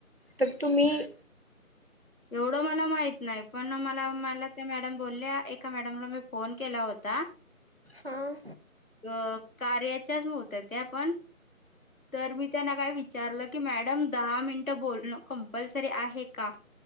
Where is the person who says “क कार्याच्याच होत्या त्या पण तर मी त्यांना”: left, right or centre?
Left